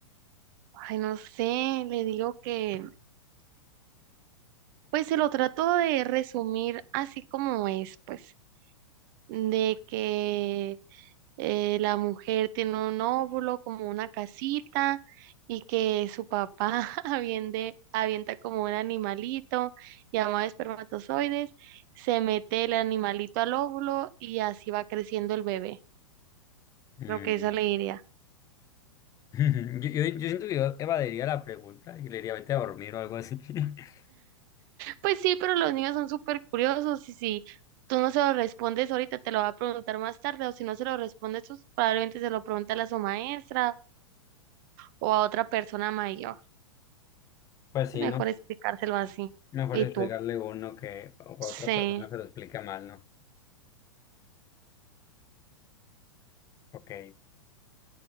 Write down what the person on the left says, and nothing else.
Mm.
<laughs> Yo, yo, yo siento que yo evadiría la pregunta y le diría vete a dormir o algo así. <laughs>
Pues sí,
¿no?
Mejor
explicarle
uno que o que otra
persona se lo explica mal, ¿no? Ok.